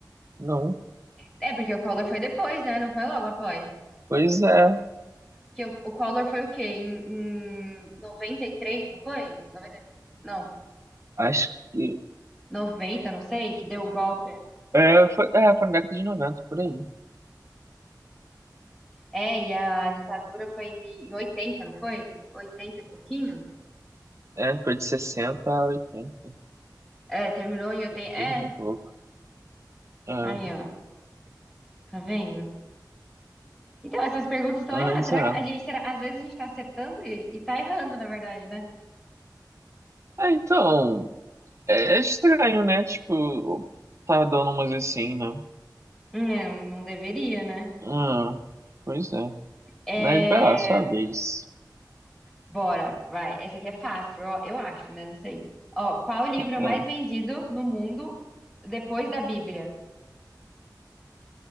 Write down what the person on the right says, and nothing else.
Não.
Pois é,
acho que.
É, foi, é, foi na década de 90 por aí.
É, foi de 60 a 80,
80
e pouco. É,
mas
é.
É, então, É, é estranho, né? Tipo, tá dando umas assim, né?
Ah, pois é.
Mas vai lá, sua vez.
Ah.